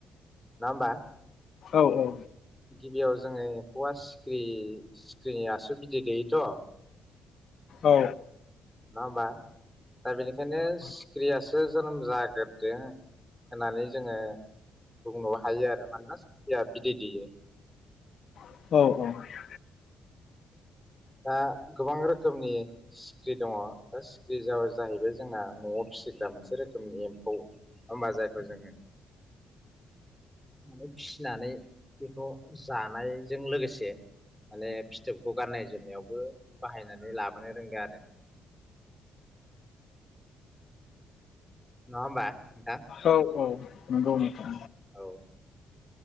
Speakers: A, in the centre; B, on the left.
A: ना होमबा।
B: औ औ।
A: गिबियाव जोङो एम्फौआ सिख्रि सिख्रिनि आसु बिदै दैयोथ'।
B: औ।
A: नङा हमबा। दा बेनिखायनो सिख्रियास।
B: औ
A: जो जोनोम जाग्रोदों होननानै जोङो बुंनोबो हायो आरो मानोना सिख्रिया बिदै दैयो।
B: औ
A: दा गोबां रोखोमनि सिख्रि दङ दा सिख्रि जा जाहैबाय जोंना न'आव फिसिग्रा मोनसे रोखोमनि एम्फौ हमबा जायखौ जोङो माने फिसिनानै बेखौ जानायजों लोगोसे माने फिथोबखौ गाननाय। जोमनायावबो बाहायनानै लाबोनो रोंदों आरो। नङा हमबा नोंथां।
B: औ औ नंगौ नोंथां
A: औ।